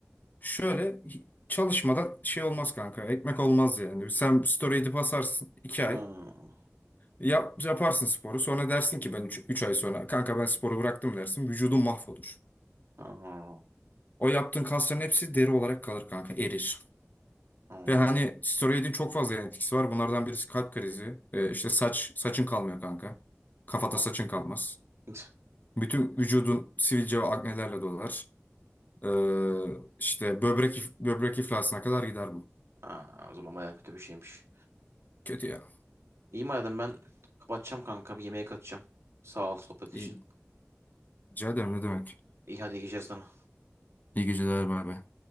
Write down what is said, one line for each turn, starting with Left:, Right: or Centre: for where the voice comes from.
Left: Şöyle hi- çalışmadan şey olmaz kanka. Ekmek olmaz yani. Sen story edip asarsın 2 ay.
Right: Aa,
Left: Yap, yaparsın sporu. Sonra dersin ki ben 3 ay sonra kanka ben sporu bıraktım dersin. Vücudun mahvolur.
Right: aa,
Left: O yaptığın kasların hepsi deri olarak kalır kanka. Erir.
Right: aa,
Left: Ve hani steroidin çok fazla yan etkisi var. Bunlardan birisi kalp krizi. Ee, işte saç saçın kalmıyor kanka. Kafada
Right: aa.
Left: saçın kalmaz.
Right: <laughs>
Left: Bütün vücudun sivilce ve aknelerle dolar. Ee, işte böbrek if- böbrek iflasına kadar gider bu.
Right: Aa, o zaman bayağı kötü bir şeymiş.
Left: Kötü ya.
Right: İyi madem ben kapatacağım kanka bir yemeğe kaçacağım. Sağ ol sohbet
Left: İyi
Right: için.
Left: Rica ederim ne demek.
Right: İyi hadi iyi geceler sana.
Left: İyi geceler bay bay.